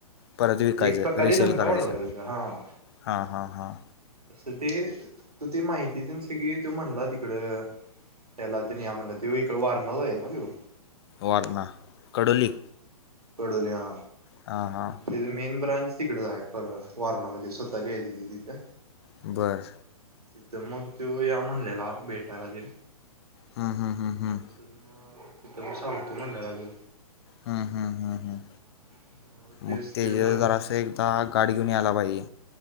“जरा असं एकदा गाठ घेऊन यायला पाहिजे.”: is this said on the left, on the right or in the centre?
Left